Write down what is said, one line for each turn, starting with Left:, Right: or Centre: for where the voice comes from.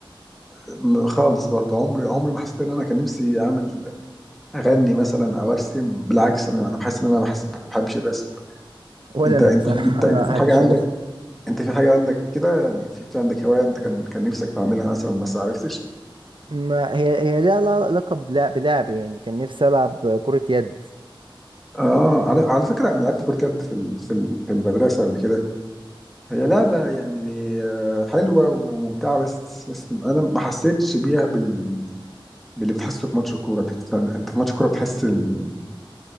Centre: م- خالص برضه عمري عمري ما حسيت ان انا كان نفسي اعمل اغني مثلا او ارسم بالعكس انا انا بحس ان انا بحس ما بحبش الرسم
Right: ولا
Centre: انت
Right: انا
Centre: انت
Right: بصراحه
Centre: انت انت
Right: <laughs> ما
Centre: في
Right: بحبش
Centre: حاجه عندك
Right: الرسم
Centre: انت في حاجه عندك كده يعني في في عندك هوايه انت كان كان نفسك تعملها مثلا بس ما عرفتش
Right: ما هي هي ليها علاقه بلعب بلعب يعني كان نفسي العب كره يد
Centre: اه على على فكره انا لعبت كره يد في ال- في ال- في المدرسه قبل كده هي لعبه يعني آه، حلوه وممتعه بس بس انا ما حسيتش بيها بال باللي بتحسه في ماتش الكورة انت بت- انت في ماتش الكورة بتحس ال-